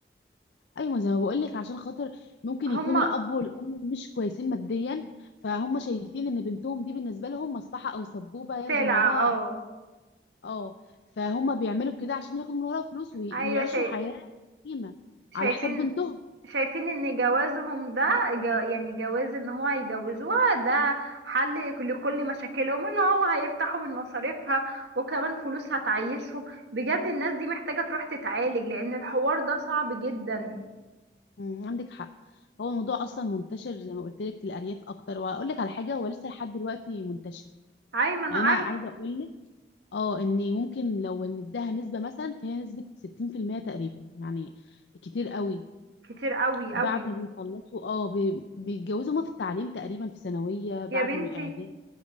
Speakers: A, on the left; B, on the right.
A: ايوه زي ما بقول لك عشان خاطر ممكن
B: هما
A: يكون الاب والام مش كويسين ماديا فهم شايفين ان بنتهم دي بالنسبه لهم مصلحه او سبوبه ياخدوا
B: سلعة
A: من وراها
B: اه
A: اه فهم بيعملوا كده عشان ياخدوا من وراها فلوس وي-
B: ايوه
A: ويعيشوا
B: شاي...
A: حياه قيمه
B: شايفين
A: على حساب بنتهم
B: شايفين ان جوازهم ده جا... يعني جواز ان هو هيجوزوها ده حل لكل مشاكلهم اللي هو هيرتاحوا من مصاريفها وكمان فلوس هتعيشهم بجد الناس دي محتاجة تروح تتعالج لان الحوار ده صعب جدا
A: أمم، عندك حق هو الموضوع اصلا منتشر زي ما قلت لك في الارياف اكتر وهقول لك على حاجه هو لسه لحد دلوقتي منتشر
B: ايوه ما انا
A: يعني
B: عارف
A: انا عايزه اقول لك اه ان ممكن لو نديها نسبه مثلا فهي نسبه 60% تقريبا يعني كتير قوي
B: كتير قوي قوي
A: بعد ما بيخلصوا اه بي- بيتجوزوا هما في التعليم تقريبا في ثانوية بعد
B: يا بنتي
A: من اعدادي